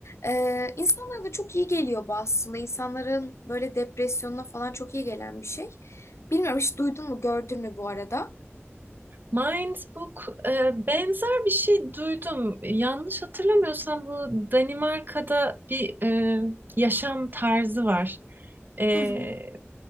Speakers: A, on the left; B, on the right.
A: Ee, insanlara da çok iyi geliyor bu aslında. İnsanların böyle depresyonuna falan çok iyi gelen bir şey. Bilmiyorum hiç duydun mu gördün mü bu arada?
B: Mindbook e, benzer bir şey duydum. Yanlış hatırlamıyorsam bu Danimarka'da bir e, yaşam tarzı var. E,
A: Hı hı.